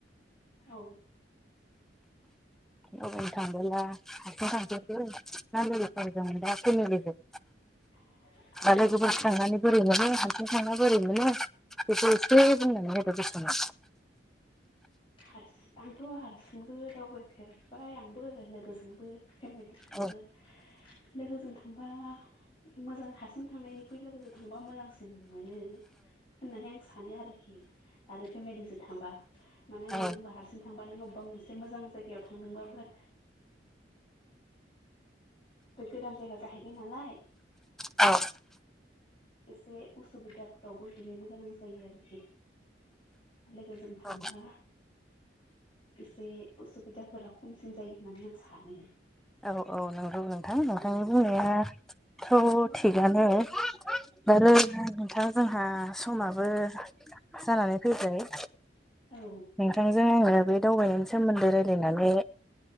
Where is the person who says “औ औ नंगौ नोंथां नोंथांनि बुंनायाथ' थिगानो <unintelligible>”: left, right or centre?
Centre